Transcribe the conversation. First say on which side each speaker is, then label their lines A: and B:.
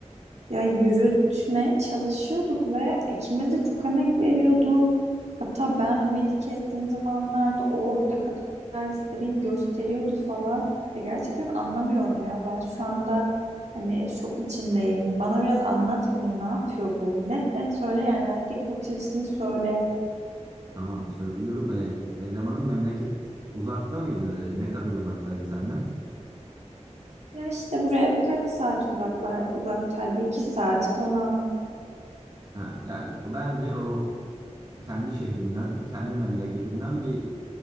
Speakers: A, on the right; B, on the right.
A: Ya yürütmeye çalışıyorduk ve ikimiz de çok emek veriyorduk. Hatta ben ümidi kestiğim zamanlarda o ne kadar istediğini gösteriyordu falan. Ya gerçekten anlamıyorum ya. Ben şu anda hani şok içindeyim. Bana biraz anlat bunu. Ne yapıyor bu? Net net söyle yani erkek bakış açısını söyle.
B: Tamam söylüyorum. E, elemanın memleket uzakta mıydı? E, ne kadar uzaktaydı senden?
A: Ya işte buraya birkaç saat uzakla, uzaktaydı. iki saat falan.
B: Ha, ya bence o kendi şehrinden, kendi memleketinden bir